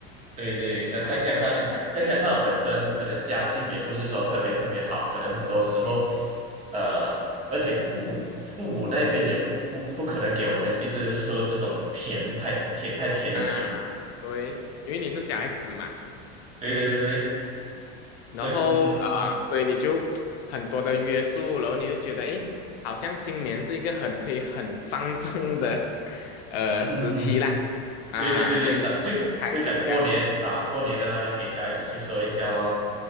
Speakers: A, on the right; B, on the left.
A: 对对，呃，
B: 啊，
A: 再加上再加上我本身可能家境也不是说特别特别好，
B: 来，但是这样，嗯
A: 可能很多时候，
B: 嗯
A: 呃，而且父母父母那边也不不不可能给我们一直喝这种甜太甜太甜的水。
B: 啊，对，因为你是小孩子嘛，
A: 对对对对对，
B: 然后啊、
A: 所以嗯
B: 呃所以你就很多的约束，然后你就觉得，诶，好像新年是一个很可以很放纵的 <laughs> 呃时期啦，
A: 嗯，嗯
B: 啊，
A: 对对对对，
B: 所以你特别开心这样，
A: 那就就讲过年啊，过年啊，给小孩子去喝一下哦，